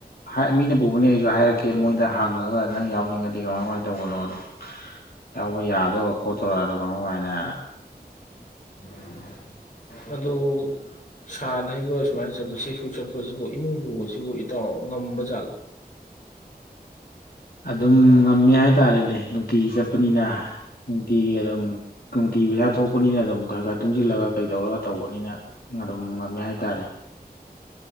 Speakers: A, on the left; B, on the left.
A: ꯍꯥꯏ ꯃꯤꯅ ꯄꯨꯕꯅꯤ ꯑꯩꯁꯨ ꯍꯥꯏꯔꯛꯀꯦ ꯃꫭꯏꯗ ꯍꯪꯑꯒ ꯑꯗ ꯅꯪ ꯌꯥꯎ ꯅꯤꯡꯑꯗꯤ ꯀꯃꯥꯏ-ꯀꯃꯥꯏ ꯇꯧꯕꯅꫭ ꯑꯗꫭꯌꯥꯎꯕ ꯌꯥꯗꯧꯔꫭ ꯈꫭꯠꯇꯧꯔꫭ ꯑꯗꯨ ꯀꯃꯥꯏ-ꯀꯃꯥꯏ ꯅ <unintelligible>
B: ꯑꯗꫭ ꯁꯥꯠ ꯍꯩꯕ ꯁꯨꯃꯥꯏ ꯆꯠꯄ ꯆꯦꯛ ꯁꯨꯕ ꯆꯠꯄꯁꯤꯕꯨ ꯏꯃꯨꯡ ꯄꯨꯕꯁꯤꯕꯨ ꯏꯇꯥꯎ ꯉꯝꯕꯖꯥꯠꯂꫭ꯫
A: ꯑꯗꯨꯝ ꯉꯝꯏ ꯍꯥꯏꯇꯥꯔꯦꯅꯦ ꯅꯨꯡꯇꯤꯒꯤ ꯆꯠꯄꯅꯤꯅ ꯅꯨꯡꯇꯤꯒꯤ ꯑꯗꯨꯝ ꯀꯪꯇꯤꯕ ꯆꯥꯊꫭꯛꯄꯅꯤꯅ ꯑꯗꯨꯝ ꯈꯔ-ꯈꯔ ꯇꯨꯡꯖꯤꯜꯂꯒ ꯀꯩꯗꯧꯔꯒ ꯇꯧꯕꯅꯤꯅ ꯑꯗꯨꯝ ꯉꯝꯏ ꯍꯥꯏꯇꯥꯔꯦ꯫